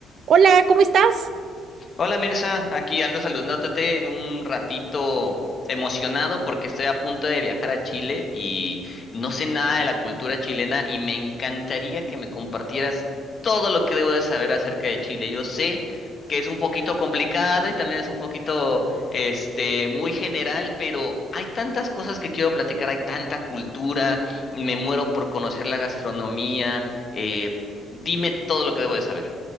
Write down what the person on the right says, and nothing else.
Hola, ¿cómo estás?